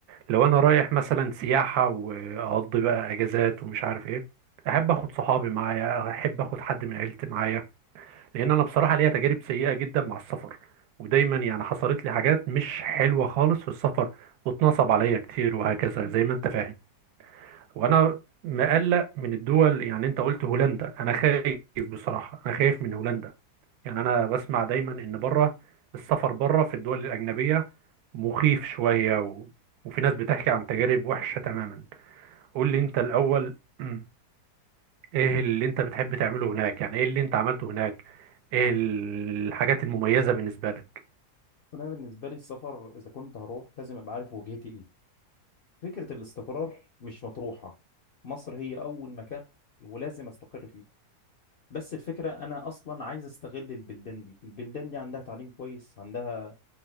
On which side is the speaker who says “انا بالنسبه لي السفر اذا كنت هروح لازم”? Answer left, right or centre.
Left